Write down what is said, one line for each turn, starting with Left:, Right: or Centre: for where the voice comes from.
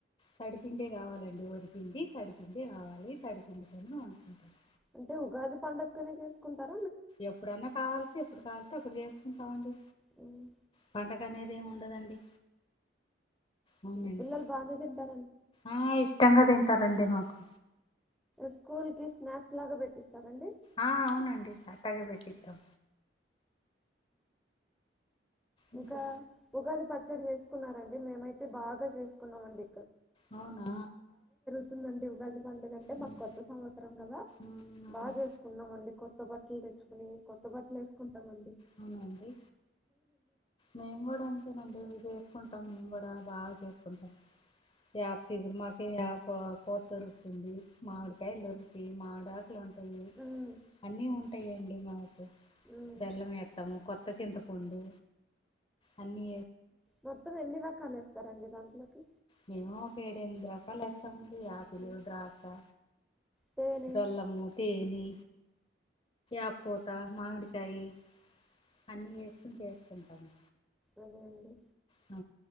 Left: తడిపిండే కావాలండి వడిపిండి తడిపిండే కావాలి తడిపిండితోని వండుకుంటారు
Centre: అంటే ఉగాది పండుగనే చేసుకుంటారు
Left: ఎప్పుడన్నా కావాలసి ఎప్పుడు కావల్సి అప్పుడు చేస్తుకుం కావండి
Centre: హ్మ్.
Left: పండగ అనేది ఏమి ఉండదండి అవునండి
Centre: పిల్లలు బానే తింటా
Left: ఆ ఇష్టంగా తింటారండి మాకు
Centre: స్కూల్ కి స్నాక్స్ లాగా పెట్టిస్తారండి
Left: ఆ అవునండి అట్టాగ పెట్టిస్తాం ఇంకే
Centre: ఇంకా ఉగాది ప ఇక్కడ చేసుకున్నారంండి మేమైతే బాగా చేసుకున్నాం అండి
Left: అవునా
Centre: ందండి ఉగాది పండుగంటే
Left: ఉమ్,
Centre: మాకు కొత్త సంవత్సరం కదా
Left: ఉమ్, అవును-
Centre: బాగా చేసుకున్నామండి కొత్త కొత్త బట్టలు తెచ్చుకుని కొత్త బట్టలు వేసుకుంటాంమండి
Left: అవునండి మేము కూడా అంతేనండి ఇది వేసుకుంటా మేము కూడా బాగా చేస్తుంటాం వప్గురు మా పత దొరుకుతుంది మామిడికాయలు దొరికి మామిడ లు ఉంటాయి
Centre: ఉమ్,
Left: అన్నీ ఉంటాయిండి మాకు
Centre: ఉమ్.
Left: బెల్లం త్తము కొత్త చింతపండు అన్నీ
Centre: మొత్తం ఎన్నిడి రకాలేస్తారండి దాంట్లోకి
Left: మేము ఒక ఏడు ఎనిమిది రకాలు ఇస్తామండి ఆయాపి
Centre: ఉమ్.
Left: లే ద్రాకా
Centre: తేనె
Left: వెల్లము తేని అపోత మామిడికాయి అన్నీ చేసుకుని వసుకుంటాము
Centre: అదే అండి
Left: అ